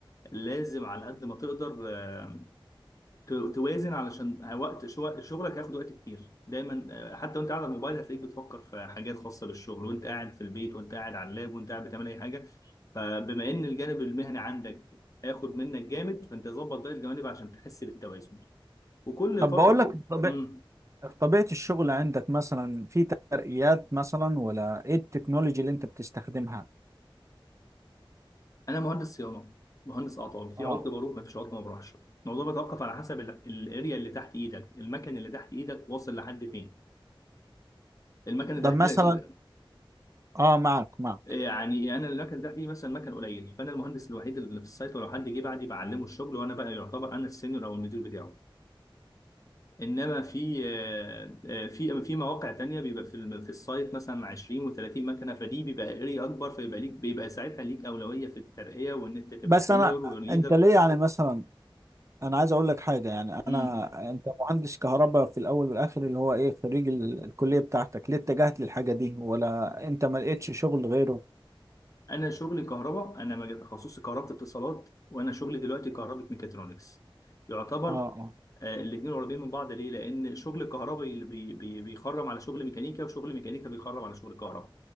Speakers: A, on the left; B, on the right.
A: لازم على قد ما تقدر آه، ت- توازن علشان وقت شو- شغلك هياخد وقت كتير دايما آه، حتى وانت قاعد على الموبايل هتلاقيك بتفكر في حاجات خاصة بالشغل وانت قاعد في البيت وانت قاعد على اللاب وانت قاعد بتعمل اي حاجة فبما ان الجانب المهني عندك هياخد منك جامد فانت ظبط باقي الجوانب عشان تحس بالتوازن وكل
B: طب
A: فترة
B: بقول لك طب...
A: امم
B: طبيعه الشغل عندك مثلا في ترقيات مثلا ولا ايه التكنولوجي اللي انت بتستخدمها
A: انا مهندس صيانة مهندس اعطال في
B: اه
A: عطل بروح ما فيش عطل ما بروحش الموضوع بيتوقف على حسب ال- الاريا اللي تحت ايدك المكن اللي تحت ايدك واصل لحد فين المكنه اللي
B: طب
A: تحت
B: مثلا
A: ايدك
B: اه معك معك
A: يعني انا المكن ده فيه مثلا مكن قليل فانا المهندس الوحيد اللي في السايت ولو حد جه بعدي بعلمه الشغل وانا بقى يعتبر انا السينيور او المدير بتاعه انما في آه، آه، في في مواقع تانية بيبقى في الم- في السايت مثلا 20 و30 مكنه فدي بيبقى اري اكبر فيبقى ليك بيبقى ساعتها ليك اولويه في الترقيه وان انت تبقى
B: بس
A: سينيور
B: انا
A: وليدر
B: انت ليه يعني مثلا انا عايز اقول لك حاجه يعني
A: امم
B: انا انت مهندس كهرباء في الاول والاخر اللي هو ايه خريج ال- الكليه بتاعتك ليه اتجهت للحاجه دي ولا انت ما لقيتش شغل غيره
A: انا شغلي كهرباء انا مجال تخصصي كهرباء اتصالات وانا شغلي دلوقتي كهرباء ميكاترونكس يعتبر
B: اه اه
A: الاثنين قريبين من بعض ليه؟ لان شغل الكهرباء اللي بي بي بيخرم على شغل ميكانيكا وشغل ميكانيكا بيخرم على شغل كهرباء.